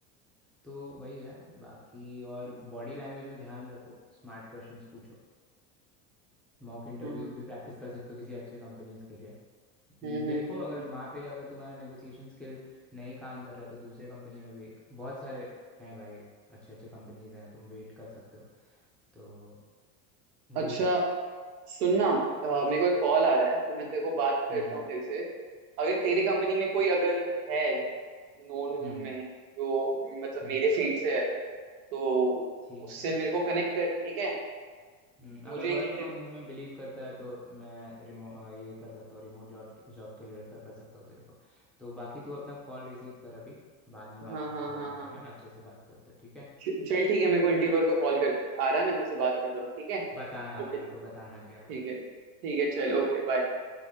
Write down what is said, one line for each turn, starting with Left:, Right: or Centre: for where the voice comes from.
Centre: तो वही है बाकी और बॉडी लैंग्वेज में ध्यान रखो स्मार्ट क्वेश्चंस पूछो मॉक इंटरव्यूज
Right: हम्म
Centre: भी प्रैक्टिस कर सकते हो किसी अच्छे कंपनीज के लिए
Right: हम्म
Centre: देखो
Right: हम्म हम्म,
Centre: अगर
Right: हम्म।
Centre: वहाँ पे अगर तुम्हारा नेगोशिएशन स्किल नहीं काम कर रहा है तो दूसरे कंपनी में भी बहुत सारे हैं भाई अच्छे अच्छे कंपनीज हैं तुम वेट कर सकते हो तो वही
Right: अच्छा
Centre: है
Right: सुनना अ, मेरे को एक कॉल आ रहा है तो मैं तेरे को बात करता
Centre: हम्म हम्म
Right: हूँ तेरे से अगर तेरी कंपनी में कोई अगर है नोन वोन
Centre: हम्म
Right: में जो मतलब
Centre: हम्म,
Right: मेरे फील्ड से है तो
Centre: ठीक
Right: उससे
Centre: है
Right: मेरे को कनेक्ट कर ठीक है
Centre: हम्म,
Right: मुझे
Centre: अगर वर्क
Right: एक इंटरव्यू
Centre: फ्रॉम होम में बिलीव करता है तो मैं रिमो अ, ये कर सकता हूँ रिमोट जॉब जॉब के लिए रेफर कर सकता हूँ तेरे को तो बाकी तू अपना कॉल रिसीव कर अभी बाद में बात
Right: हाँ
Centre: करते
Right: हाँ
Centre: हैं
Right: हाँ
Centre: इस बारे
Right: हाँ
Centre: में अच्छे से बात करते हैं ठीक है
Right: च- चल ठीक है मेरे को इंटरव्यूअर का कॉल कर आ रहा है मैं तुझसे बात करता हूँ ठीक है
Centre: बताना
Right: ओके
Centre: मेरे को बताना
Right: ठीक
Centre: क्या हुआ
Right: है ठीक है चल ओके बाय